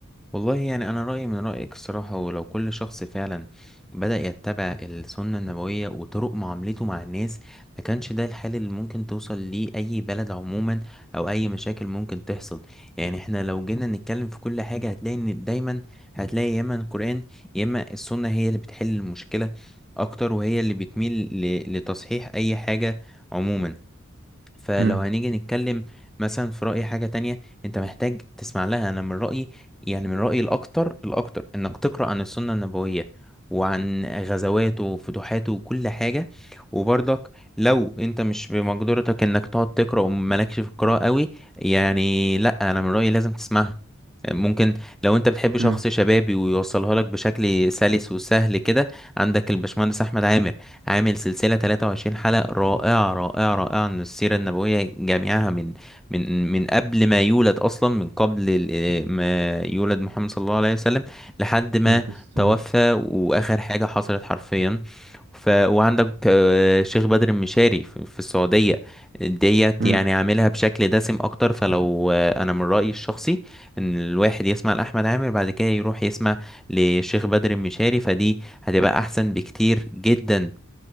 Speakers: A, in the centre; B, on the right.
A: والله يعني أنا رأيي من رأيك الصراحة ولو كل شخص فعلا بدأ يتبع السنة النبوية وطرق معاملته مع الناس ما كانش ده الحال اللي ممكن توصل ليه أي بلد عموما أو أي مشاكل ممكن تحصل يعني احنا لو جينا نتكلم في كل حاجة هتلاقي إن دايما هتلاقي يا إما القرآن يا إما السنة هي اللي بتحل المشكلة أكتر وهي اللي بتميل ل- لتصحيح أي حاجة عموما فلو
B: امم
A: هنيجي نتكلم مثلا في رأي حاجة تانية انت محتاج تسمع لها انا من رأيي يعني من رأيي الاكتر الاكتر انك تقرأ عن السنة النبوية وعن غزواته وفتوحاته وكل حاجة وبرضك لو انت مش بمقدرتك انك تقعد تقرأ ومالكش في القراءة قوي يعني لا انا من رأيي لازم تسمعها ممكن لو انت بتحب شخص
B: امم
A: شبابي ويوصلها لك بشكل سلس وسهل كده عندك البشمهندس احمد عامر عامل سلسلة 23 حلقة رائعة رائعة رائعة عن السيرة النبوية جميعها من من من قبل ما يولد أصلا من قبل ال- آه، ما يولد محمد صلى الله عليه وسلم لحد ما
B: نبدأ السؤال.
A: توفى وآخر حاجة حصلت حرفيا ف... وعندك آه، شيخ بدر المشاري في في السعودية ديت
B: امم
A: يعني عاملها بشكل دسم أكتر فلو آه، أنا من رأيي الشخصي إن الواحد يسمع لأحمد عامر بعد كده يروح يسمع لشيخ بدر المشاري فدي هتبقى أحسن بكتير جدا